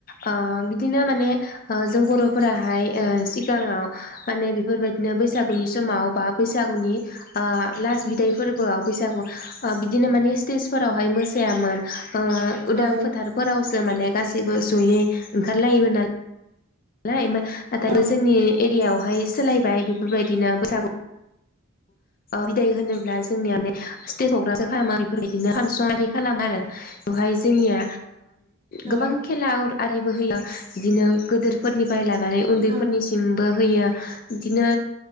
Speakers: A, on the left; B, on the right.
A: ओ बिदिनो माने जों बर'फोराहाय सिगाङाव माने बेफोरबायदिनो बैसागु बनि समाव बा बैसागुनि लास् बिदाय फोरबोआव बैसागु बिदिनो माने स्टेजफोरावहाय मोसायामोन। उदां
B: औ
A: फोथारफोराव ज माने गासैबो जयै ओंखारलायोमोन नालाय लाय नाथाय
B: औ
A: जोंनि एरियाायाव बेहाय सोलायबाय बेफोरबायदिनो बैसागु बिदाय होनोब्ला जोंनियााने स्टेज प्रग्रामसो खालामो बेफोरबायदिनो फांसन आरि खालामो आरो बेवहाय जोंनिया गोबां
B: औ
A: खेला आरो। आरिबो होया बिदिनो गोदोर। <inaudible> मे उन्दैफोरनिसिमबो
B: औ
A: होयो बिदिनो